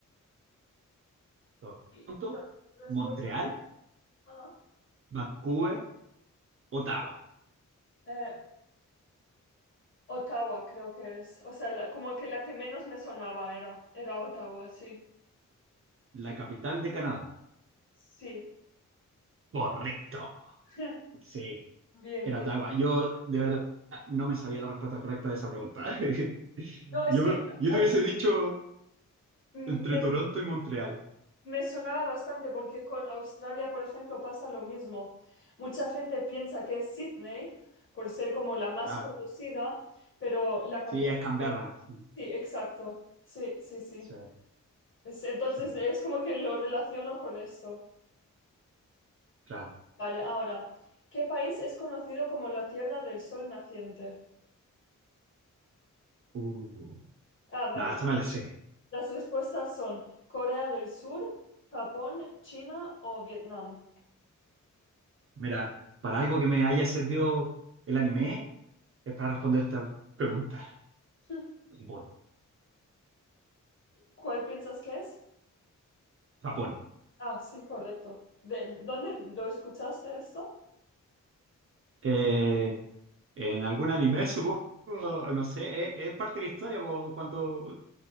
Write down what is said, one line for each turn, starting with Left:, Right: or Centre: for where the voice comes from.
Right: Toronto,
Left: ¿Y las respuestas?
Right: Montreal,
Left: Ajá.
Right: Vancouver, Ottawa.
Left: Eh, Ottawa, creo que es. O sea, la- como que la que menos me sonaba era, era Ottawa, sí.
Right: La capital de Canadá.
Left: Sí.
Right: Correcto.
Left: <laughs>
Right: Sí,
Left: Bien,
Right: era
Left: bien.
Right: Ottawa. Yo, de verdad, no me sabía la respuesta correcta de esa pregunta. <laughs>
Left: No, es
Right: Yo,
Left: que
Right: me- yo
Left: a
Right: te
Left: mí
Right: hubiese dicho
Left: me,
Right: entre Toronto y Montreal.
Left: me sonaba bastante porque con Australia, por ejemplo, pasa lo mismo. Mucha gente piensa que es Sydney por ser como la más
Right: Ah,
Left: conocida, pero la capital
Right: sí, es Canberra.
Left: sería-
Right: Sí,
Left: Sí, exacto. Sí, sí, sí.
Right: sí,
Left: Es- entonces
Right: sí,
Left: es como que lo relaciono con esto.
Right: claro.
Left: Vale, ahora, ¿qué país es conocido como la Tierra del Sol Naciente?
Right: Uh.
Left: Ah, vale.
Right: No, esta me la sé.
Left: Las respuestas son Corea del Sur, Japón, China o Vietnam. <laughs>
Right: Mira, para algo que me haya servido el anime, es para responder esta pregunta.
Left: Hmm,
Right: Japón.
Left: ¿Cuál piensas que es?
Right: Japón.
Left: Ah, sí, correcto. ¿De dónde lo escuchaste esto?
Right: Eh, en algún anime, supongo, no sé, es, es parte de la historia, po, cuando